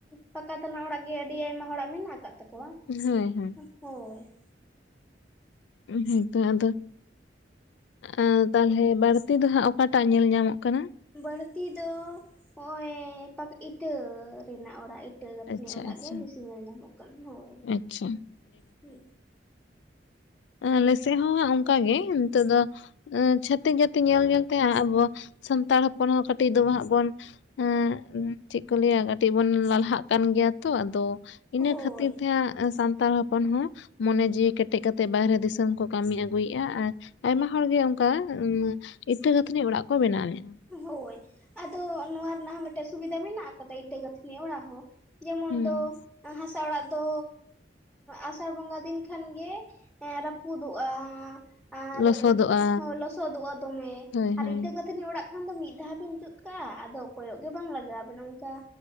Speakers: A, in the centre; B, on the left.
A: ᱯᱟᱠᱟ ᱫᱟᱞᱟᱝ ᱚᱲᱟᱜ ᱜᱮ ᱟᱹᱰᱤ ᱟᱭᱢᱟ ᱦᱚᱲᱟᱜ ᱢᱮᱱᱟᱜ ᱟᱠᱟᱫ ᱛᱟᱠᱚᱣᱟ᱾
B: ᱦᱮᱸ ᱦᱮᱸ
A: ᱦᱳᱭ
B: ᱦᱮᱸᱛᱚ ᱟᱫᱚᱼᱼ ᱟᱸ ᱛᱟᱦᱚᱞᱮ ᱵᱟᱹᱲᱛᱤ ᱫᱚ ᱦᱟᱸᱜ ᱚᱠᱟᱴᱟᱜ ᱧᱮᱞ ᱧᱟᱢᱚᱜ ᱠᱟᱱᱟ᱾
A: ᱵᱟᱹᱲᱛᱤ ᱫᱚ ᱦᱚᱜᱼ ᱚᱚᱭ ᱯᱟ ᱤᱴᱟᱹ ᱨᱮᱱᱟᱜ ᱚᱲᱟᱜ᱾ ᱤᱴᱟᱹ ᱜᱟᱹᱛᱷᱤ
B: ᱟᱪᱪᱷᱟ
A: ᱚᱲᱟᱜ
B: ᱟᱪᱪᱷᱟ
A: ᱜᱮ ᱵᱤᱥᱤ ᱧᱮᱞ ᱧᱟᱢᱚᱜᱼᱼ ᱦᱳᱭ
B: ᱟᱪᱪᱷᱟ
A: ᱦᱩᱸᱼᱼ
B: ᱟᱞᱮᱥᱮᱫ ᱦᱚᱸ ᱚᱱᱠᱟᱜ ᱜᱮ ᱱᱤᱛᱚᱜ ᱫᱚᱼᱼ ᱪᱷᱷᱟᱛᱤᱠ ᱡᱟᱹᱛᱮ ᱧᱮᱞ ᱧᱮᱞ ᱛᱮ ᱟᱵᱚ ᱥᱟᱱᱛᱟᱲ ᱦᱚᱯᱚᱱ ᱦᱚᱸ ᱠᱟᱹᱴᱤᱡ ᱫᱚ ᱦᱟᱸᱜ ᱵᱚᱱᱼᱼ ᱦᱮᱸ ᱪᱮᱫ ᱠᱚ ᱞᱟᱹᱭᱟ ᱠᱟᱹᱴᱤᱡ ᱵᱚᱱ ᱞᱟᱞᱦᱟᱜ ᱠᱟᱱ ᱜᱮᱭᱟ ᱛᱚ ᱟᱫᱚ ᱤᱱᱟᱹ
A: ᱦᱳᱭ
B: ᱠᱷᱟᱛᱼᱼ ᱟᱸ ᱥᱟᱱᱛᱟᱲ ᱦᱚᱯᱚᱱ ᱦᱚᱸ ᱢᱚᱱᱮ ᱡᱤᱣᱤ ᱠᱮᱴᱮᱡ ᱠᱟᱛᱮᱫ ᱵᱟᱦᱨᱮ ᱫᱤᱥᱚᱢ ᱠᱚ ᱠᱟᱹᱢᱤ ᱟᱹᱜᱩᱭᱮᱜᱼᱟ ᱟᱨ ᱟᱭᱢᱟ ᱦᱚᱲᱜᱤ ᱚᱝᱠᱟ ᱩᱸ ᱤᱴᱟᱹ ᱜᱟᱛᱷᱱᱤ ᱚᱲᱟᱜ ᱠᱚ ᱵᱮᱱᱟᱣᱮᱫ
A: ᱦᱳᱭ ᱟᱫᱚ ᱱᱚᱣᱟ ᱨᱮᱱᱟᱜ ᱦᱚᱸ ᱢᱤᱫᱴᱮᱡ ᱥᱩᱵᱤᱫᱷᱟ ᱢᱮᱱᱟᱜ ᱟᱠᱟᱫᱟ, ᱤᱴᱟᱹ ᱜᱟᱹᱛᱷᱱᱤ ᱚᱲᱟᱜ ᱦᱚᱸ᱾ ᱡᱮᱢᱚᱱ
B: ᱦᱩᱸ
A: ᱫᱚ ᱦᱟᱥᱟ ᱚᱲᱟᱜ ᱫᱚ ᱟᱥᱟᱲ ᱵᱚᱸᱜᱟ ᱫᱤᱱ ᱠᱷᱟᱱ ᱜᱮ, ᱮᱸ ᱨᱟᱹᱯᱩᱫᱚᱜᱼᱟ᱾ ᱟᱨ
B: ᱞᱚᱥᱚᱫᱚᱜᱼᱟ
A: ᱦᱚ ᱞᱚᱥᱚᱫᱚᱜᱼᱟ ᱫᱚᱢᱮ,
B: ᱦᱳᱭ
A: ᱟᱨ
B: ᱦᱳᱭ
A: ᱤᱴᱟᱹ ᱜᱟᱛᱷᱱᱤ ᱚᱲᱟᱜ, ᱠᱷᱟᱱ ᱫᱚ ᱢᱤᱫ ᱫᱷᱟᱣ ᱵᱮᱱ ᱡᱩᱛ ᱠᱟᱜᱼᱟ, ᱟᱫᱚ ᱠᱚᱭᱚᱜ ᱜᱮ ᱵᱟᱝ ᱞᱟᱜᱟᱜ ᱵᱮᱱᱟ ᱚᱱᱠᱟ᱾